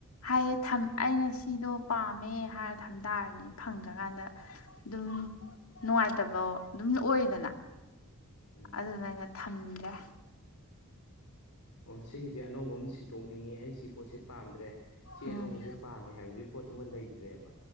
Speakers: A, on the left; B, on the left.
A: ꯍꯥꯏꯗꯤ ꯊꯝ ꯑꯩꯅ ꯁꯤꯗꯣ ꯄꯥꯝꯃꯦ ꯍꯥꯏꯔ ꯊꯝ ꯇꯥꯔꯗꯤ ꯐꯪꯗ꯭ꯔꯀꯥꯟꯗ ꯑꯗꯨꯝ ꯅꯨꯡꯉꯥꯏꯇꯕ ꯑꯗꯨꯝ ꯑꯣꯏꯗꯅ
B: ꯎꯝ
A: ꯑꯗꯨꯅ ꯑꯩꯅ ꯊꯝꯗ꯭ꯔꯦ
B: ꯑꯣ ꯁꯤꯒꯤꯁꯦ ꯑꯅꯧꯕ ꯑꯃ ꯁꯤꯟꯇꯣꯛꯅꯤꯡꯉꯤ ꯑꯩ ꯁꯤ ꯄꯣꯠꯁꯦ ꯄꯥꯝꯗ꯭ꯔꯦ ꯁꯤ
A: ꯎꯝ
B: ꯑꯅꯧꯕꯁꯦ ꯄꯥꯝꯃꯦ ꯍꯥꯏꯕꯗꯨꯒꯤ ꯄꯣꯠꯇꯨꯃ ꯂꯩꯇ꯭ꯔꯦꯕ